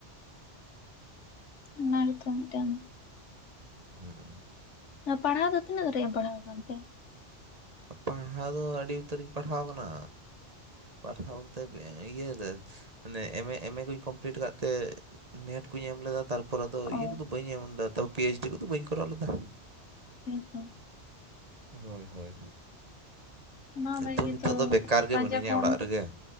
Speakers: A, on the left (about 80°); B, on the right (about 35°).
A: ᱚᱱᱟ ᱜᱮᱛᱚ ᱢᱤᱫᱴᱮᱱ
B: ᱦᱩᱸᱜ-ᱩ
A: ᱟᱨ ᱯᱟᱲᱦᱟᱣ ᱫᱚ ᱛᱤᱱᱟᱹᱜ ᱫᱷᱟᱨᱤᱡ ᱮᱢ ᱯᱟᱲᱦᱟᱣ ᱠᱟᱱ ᱛᱮ
B: ᱯᱟᱲᱦᱟᱣ ᱫᱚ ᱟᱹᱰᱤ ᱩᱛᱟᱹᱨᱤᱧ ᱯᱟᱲᱦᱟᱣ ᱠᱟᱱᱟ ᱯᱟᱲᱦᱟᱣ ᱵᱚᱞᱛᱮ ᱤᱭᱟᱹ ᱨᱮ ᱢᱟᱱᱮ ᱮᱢ ᱮ ᱮᱢ ᱮ ᱠᱚᱧ ᱠᱚᱢᱯᱤᱞᱤᱴ ᱠᱟᱜ ᱛᱮ ᱱᱮᱴ ᱠᱩᱧ ᱮᱢ ᱞᱮᱫᱟ ᱛᱟᱨ ᱯᱚᱨ ᱟᱫᱚ
A: ᱚ
B: ᱤᱭᱟᱹ ᱠᱚᱫᱚ ᱵᱟᱹᱧ ᱮᱢ ᱞᱮᱫᱟ ᱛᱚ ᱯᱤ ᱮᱪᱰᱤ ᱠᱚᱫᱚ ᱵᱟᱹᱧ ᱠᱚᱨᱟᱣ ᱞᱮᱫᱟ
A: ᱦᱮᱸ ᱛᱚ
B: ᱦᱳᱭ ᱦᱳᱭ
A: ᱚᱱᱟ ᱨᱮᱜᱮ
B: ᱛᱟᱹᱣ ᱱᱤᱛᱚᱜ
A: ᱛᱚ
B: ᱫᱚ ᱵᱮᱠᱟᱨ ᱜᱮ
A: ᱯᱟᱸᱡᱟ
B: ᱢᱤᱱᱟᱹᱧᱟ
A: ᱠᱚᱢ
B: ᱚᱲᱟᱜ ᱨᱮᱜᱮ